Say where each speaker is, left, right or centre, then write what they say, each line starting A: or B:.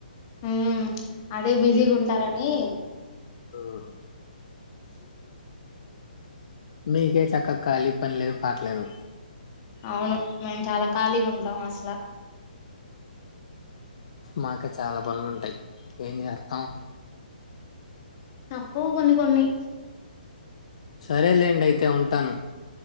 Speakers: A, on the left; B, on the left.
A: ఉమ్ అదే బిజీగా ఉంటారని
B: ఉమ్,
A: <inaudible>
B: మీకే చేక్క ఖాళీ పని లేదు పాటలేదు
A: అవును మేము చాలా ఖాళీగా ఉంటాం అసల
B: మాకు చాలా పనులుంటాయి ఏం చేస్త
A: తప్పవు కొన్ని కొన్ని
B: సరేలేండి అయితే ఉంటాను